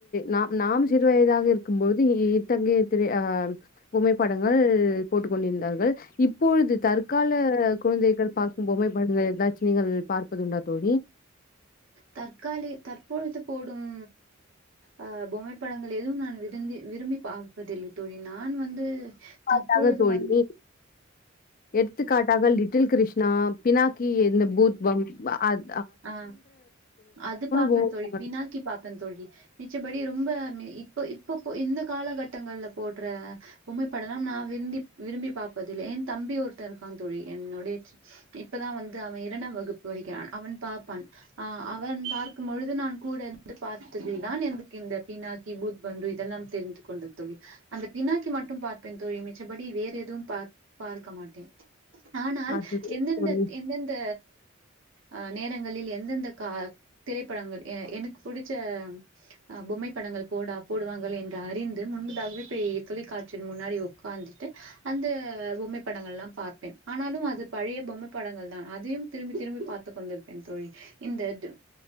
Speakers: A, on the left (about 45°); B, on the right (about 65°).
A: நாம் நாம் சிறு வயதாக இருக்கும்போது இத்தகைய திரை அ புகைப்படங்கள் போட்டுக் கொண்டிருந்தார்கள் இப்பொழுது தற்கால குழந்தைகள் பார்க்கும் பொம்மை படங்கள் எதாச்சு ச்சு நீங்கள் பார்ப்பதுண்டா தோழி
B: தற்காலி தற்பொழுது போடும் அ பொம்மைப்படங்கள் எதுவும் நான் விருந்தி விரும்பி பார்ப்பதில்லை தோழி நான் வந்து
A: பார்க்காத
B: தற்பொழுது
A: தோழி
B: வந்
A: எடுத்துக்காட்டாக லிட் லிட்டில் கிருஷ்ணா, பினாக்கி, இந்த பூத் பம் அத்
B: அ அது பாப்பே
A: போ-
B: தோழி பினாக்கி பாப்பே தோழி மிச்சபடி ரொம்ப இப்போ இப்ப இந்த காலகட்டங்கள்ல போட்ற பொம்மைப்படலா நான் விரும்பி விரும்பி விரும்பி பார்ப்பதில்லை. ஏ தம்பி ஒருத்தெ இருக்கா தோழி என்னுடைய இப்பதா வந்து அவெ இரண்டாம் வகுப்பு வகுப்பு படிக்கிறான் அவன் பார்ப்பான் அ அவன் பார்க்கும் பொழுது நான் கூட வந்து பார்த்ததி தான் எனக்கு இந்த பினாக்கி பூத் பந்து இதெல்லாம் தெரிந்து கொண்ட தோழி. அந்த பினாக்கி மட்டு பார்ப்பேன் தோழி மிச்சபடி வேற எதுவும் பார் பார்க்க மாட்டேன் ஆனால்
A: அது
B: எந்தெந்த
A: தோழி
B: எந்தெந்த அ நேரங்களில் எந்தெந்த கா திரைப்படங்கள் எனக்கு புடிச்ச அ பொம்மைப்படங்கள் போடா போடுவாங்கள் என்று அறிந்து முன்பதாகவே போய் தொலைக்காட்சி முன்னாடி உக்காந்துட்டு அந்த அ பொம்மைப்படங்கள் எல்லா பார்ப்பேன் ஆனாலு அது பழைய பொம்மைப்படங்கள் தான் அதையும் திரும்பி திரும்பி பார்ப்பதற்காக உக்காந்திருப்பேன் தோழி இந்த டு